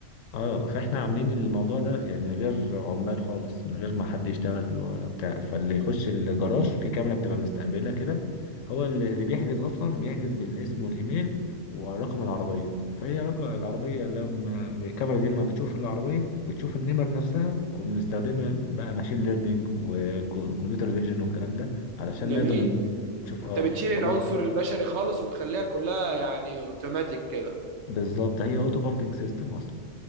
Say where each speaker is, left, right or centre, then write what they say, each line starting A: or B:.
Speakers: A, on the left (about 90°); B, on the right (about 70°).
A: اه فاحنا عاملين الموضوع ده يعني من غير عمال خالص من غير ما حد يشتغل ولا بتاع فاللي يخش الجراج في كاميرا بتبقى مستقبله كده هو اللي اللي بيحجز اصلا بيحجز بالاسم والايميل ورقم العربيه فهي رقم العربيه لما الكاميرا دي لما بتشوف العربيه بتشوف النمر نفسها وبنستخدمها بقى ماشين ليرنينج وكمبيوتر فيجن والكلام ده علشان
B: جميل
A: نقدر نشوف
B: انت
A: اه
B: بتشيل
A: الحروف
B: العنصر البشري خالص وبتخليها كلها يعني اوتوماتيك كده
A: بالظبط هي اوتو باركينج سيستم اصلا